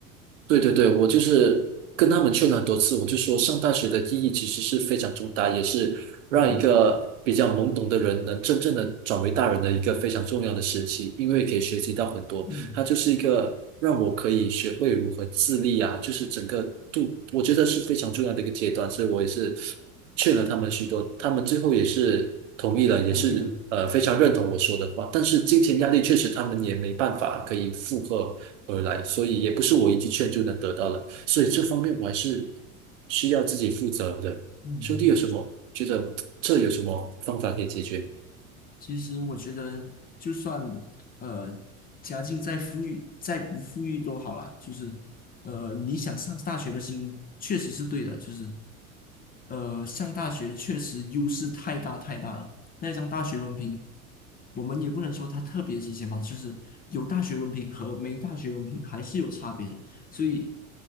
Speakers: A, on the right; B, on the left.
A: 对对对，我就是跟他们劝了很多次，我就说上大学的意义其实是非常重大，也是让一个比较懵懂的人能真正的转为大人的一个非常重要的时期，
B: 嗯
A: 因为可以学习到很多，
B: 嗯，
A: 它就是一个让我可以学会如何自立啊，就是整个度，我觉得是非常重要的一个阶段，所以我也是劝了他们许多，他们最后也是同意了，也是呃非常认同我说的话，
B: 同意的，
A: 但是金钱压力确实他们也没办法可以负荷。而来，所以也不是我一记劝就能得到了，所以这方面我还是需要自己负责的。
B: 嗯。
A: 兄弟有什么觉得这有什么方法可以解决？
B: 其实我觉得，就算呃家境再富裕，再不富裕都好啦。就是呃，你想上大学的心确实是对的，就是呃上大学确实优势太大太大了。那张大学文凭，我们也不能说它特别值钱吧。就是有大学文凭和没大学文凭还是有差别的。所以